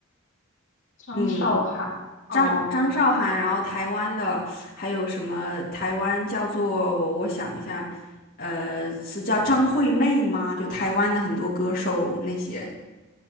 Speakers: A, on the left; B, on the left.
A: 张韶涵啊
B: 嗯，张张韶涵，然后台湾的还有什么？台湾叫做我我想一下，呃，是叫张惠妹吗？就台湾的很多歌手那些。